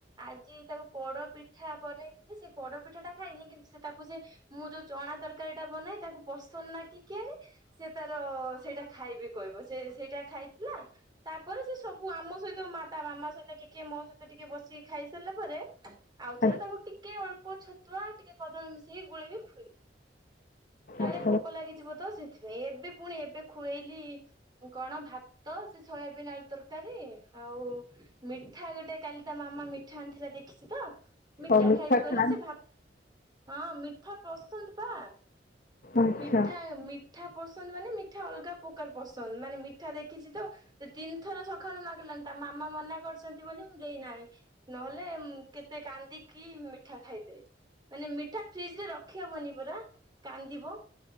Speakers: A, on the right; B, on the left.
A: ଆଜି ତାକୁ ପଡ ପି ପିଠା ବନେଇଥିଲି ସେ ପଡ ପିଠା ଟା ଖାଇନି କିନ୍ତୁ ସେ ତାକୁ ସେ ମୁଁ ଯୋଉ ଚଣା ତରକାରୀ ବନାଏ ତାକୁ ପସନ୍ଦ ନା କି କି ଆଣେ ସେ ତାର ସେଇଟା ଖାଇବି କହିବ, ସେ ସେଇଟା ଖାଇଥିଲା। ତାପରେ ସେ ସବୁ ଆମ ସହିତ ମା ତା ମାମା ସହିତ ଟିକେ ମୋ ସହିତ ଟିକେ ବସ ଖାଇସାରିଲା ପରେ, ଆଉଥରେ
B: ଆଚ୍ଛା
A: ତାକୁ ଟିକେ ଅଳ୍ପ ଛ ତୁଆ ଟିକେ କଦଳୀ ମିଶେଇି ଗୁଳେଇକି। <unintelligible> କାଳେ
B: ଆଚ୍ଛା
A: ଭୋକ ଲାଗି ଯିବ ତ ସେଥିପାଇଁ। ଏବେ ପୁଣି ଏବେ ଖୁଆଇଲି କଣ ଭାତ ସେ ଶୟବିନ ଆଳୁ ତର <unintelligible> ଆଉ ମିଠା ଗୋଟେ କାଲି ତା ମାମା ମିଠା ଆଣିଥିଲା ଦେଖିଛି ତ ମିଠା
B: ଆଉ
A: ଖାଇବି କହିଲା
B: ଖାଆନ୍ତି
A: ସେ ଭାତ, ହଁ ମିଠା ପସନ୍ଦ ପା।
B: ଆଚ୍ଛା
A: ମିଠା ମିଠା ପସନ୍ଦ ମାନେ ମିଠା ଅଲଗା ପ୍ରକାର ପସନ୍ଦ। ମାନେ ମିଠା ଦେଖିଛି ତ ସେ ତିନି ଥର ସକାଳୁ ମାଗିଲାଣି ତା ମାମା ମନା କରୁଛନ୍ତି ବୋଲି ମୁଁ ଦେଇନାହିଁ। ନହେଲେ କେତେ କାନ୍ଦିକି ମିଠା ଖାଇଦେ। ମାନେ ମିଠା ଫ୍ରିଜ ରେ ରଖ ଖିଆହବନି ପରା, କାନ୍ଦିବ।